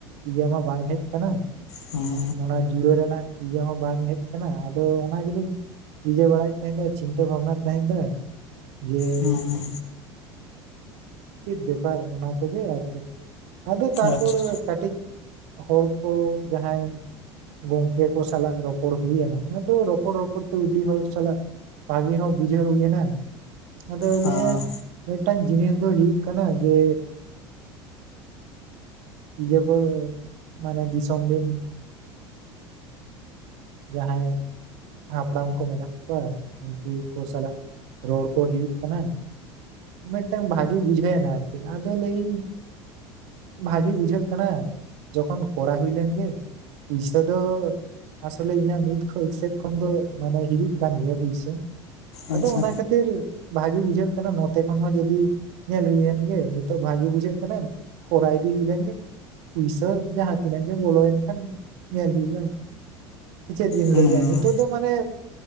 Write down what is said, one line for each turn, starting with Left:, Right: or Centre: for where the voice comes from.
Right: ᱤᱭᱟᱹ ᱢᱟ ᱵᱟᱝ ᱦᱮᱡ ᱟᱠᱟᱱᱟ
Left: ᱦᱩᱸ
Right: ᱚᱱᱟ ᱡᱩᱲᱟᱹᱣ ᱨᱮᱱᱟᱜ ᱤᱭᱟᱹ ᱦᱚᱸ ᱵᱟᱝ ᱦᱮᱡ ᱟᱠᱟᱱᱟ ᱟᱫᱚ ᱚᱱᱟ ᱜᱮᱞᱤᱧ ᱤᱭᱟᱹ ᱵᱟᱲᱟᱭᱮᱫ ᱛᱟᱦᱮᱸ ᱫᱚ ᱪᱤᱱᱛᱟᱹ ᱵᱷᱟᱵᱱᱟᱭᱮᱫ ᱛᱟᱦᱮᱫ ᱫᱚᱧ ᱡᱮ
Left: ᱦᱩᱸ
Right: ᱪᱮᱫ ᱵᱮᱯᱟᱨ ᱚᱱᱟ ᱠᱚᱜᱮ ᱟᱨ ᱪᱮᱫ ᱟᱫᱚ ᱛᱟᱨᱯᱚᱨ
Left: ᱟᱪᱪᱷᱟ
Right: ᱠᱟᱹᱴᱤᱡ ᱦᱚᱲ ᱠᱚ ᱡᱟᱦᱟᱸᱭ ᱜᱚᱝᱠᱮ ᱠᱚ ᱥᱟᱞᱟᱜ ᱨᱚᱯᱚᱲ ᱦᱩᱭᱱᱟ ᱚᱱᱟ ᱫᱚ ᱨᱚᱯᱚᱲ ᱨᱚᱯᱚᱲ ᱛᱮ ᱩᱰᱤ ᱦᱚᱲ ᱥᱟᱞᱟᱜ ᱵᱷᱟᱜᱮ ᱦᱚᱸ ᱵᱩᱡᱷᱟᱹᱣ ᱦᱩᱭᱱᱟ ᱟᱫᱚ
Left: ᱦᱮᱸ
Right: ᱞᱟᱹᱭᱮᱜ-ᱟᱭ ᱢᱤᱫᱴᱟᱝ ᱡᱤᱱᱤᱥ ᱫᱚ ᱦᱩᱭᱩᱜ ᱠᱟᱱᱟ ᱡᱮ ᱤᱭᱟᱹ ᱠᱚ ᱢᱟᱱᱮ ᱫᱤᱥᱚᱢ ᱨᱤᱱ ᱡᱟᱦᱟᱸᱭ ᱦᱟᱯᱲᱟᱢ ᱠᱚ ᱢᱮᱱᱟᱜ ᱠᱚᱣᱟ ᱩᱱᱠᱩ ᱠᱚ ᱥᱟᱞᱟᱜ ᱨᱚᱲ ᱠᱚ ᱦᱩᱭᱩᱜ ᱠᱟᱱᱟ ᱢᱤᱫᱴᱟᱝ ᱵᱷᱟᱜᱤ ᱵᱩᱡᱷᱟᱹᱣᱮᱱᱟ ᱟᱨ ᱪᱮᱫ ᱟᱫᱚ ᱞᱟᱹᱭᱟᱹᱧ ᱵᱷᱟᱜᱤ ᱵᱩᱡᱷᱟᱹᱜ ᱠᱟᱱᱟ ᱡᱚᱠᱷᱚᱱ ᱠᱚᱨᱟᱣ ᱦᱩᱭ ᱞᱮᱱ ᱜᱮ ᱯᱩᱭᱥᱟᱹ ᱫᱚ ᱟᱥᱚᱞᱮ ᱤᱧᱟᱹᱜ ᱢᱤᱫ ᱥᱮᱫ ᱠᱷᱚᱱ ᱫᱚ ᱢᱟᱱᱮ ᱦᱤᱡᱩᱜ ᱠᱟᱱ ᱜᱮᱭᱟ ᱯᱩᱭᱥᱟᱹ
Left: ᱟᱪᱪᱷᱟ
Right: ᱟᱫᱚ ᱚᱱᱟ ᱠᱷᱟᱹᱛᱤᱨ ᱵᱷᱟᱜᱤ ᱵᱩᱡᱷᱟᱹᱜ ᱠᱟᱱᱟ ᱱᱟᱛᱮ ᱠᱷᱚᱱ ᱦᱚᱸ ᱡᱩᱫᱤ ᱧᱮᱞ ᱦᱩᱭᱮᱱ ᱜᱮ ᱱᱤᱛᱚᱜ ᱵᱷᱟᱜᱤ ᱵᱩᱡᱷᱟᱹᱜ ᱠᱟᱱᱟ ᱠᱚᱨᱟᱣ ᱤᱫᱤ ᱦᱩᱭ ᱞᱮᱱ ᱜᱮ ᱯᱩᱭᱥᱟᱹ ᱡᱟᱦᱟᱸ ᱛᱤᱱᱟᱹᱜ ᱜᱮ ᱵᱚᱞᱚᱭᱮᱱ ᱠᱷᱟᱱ ᱧᱮᱞ ᱦᱩᱭᱩᱜᱼᱟ ᱥᱮ ᱪᱮᱫ ᱵᱤᱱ
Left: ᱦᱩᱸ
Right: ᱞᱟᱹᱭᱮᱫ-ᱟ ᱱᱤᱛᱚᱜ ᱫᱚ ᱢᱟᱱᱮ